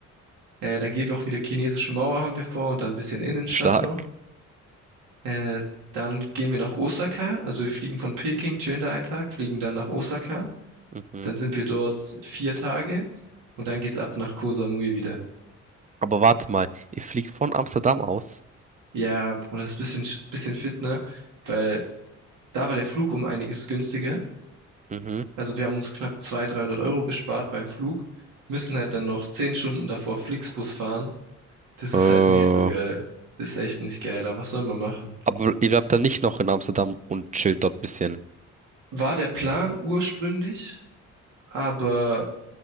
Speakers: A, on the right; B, on the right.
A: Äh, dann gehen wir auch wieder chinesische Mauer haben wir vor und dann ein bisschen Innenstadt
B: Stark.
A: noch. Äh, dann gehen wir nach Osaka. Also wir fliegen von Peking, chillen da einen Tag, fliegen dann nach Osaka.
B: Mhm.
A: Dann sind wir dort vier Tage und dann geht's ab nach Koh Samui wieder.
B: Aber warte mal, ihr fliegt von Amsterdam aus?
A: Ja, Bruder, ist ein bisschen, sch- bisschen fit, ne? Weil da war der Flug um einiges günstiger.
B: Mhm.
A: Also wir haben uns knapp 200, 300 Euro gespart beim Flug, müssen halt dann noch 10 Stunden davor Flixbus fahren. Das
B: Äh,
A: ist halt nicht so geil. Das ist echt nicht geil, aber was soll man machen?
B: aber ihr bleibt dann nicht noch in Amsterdam und chillt dort ein bisschen.
A: War der Plan ursprünglich, aber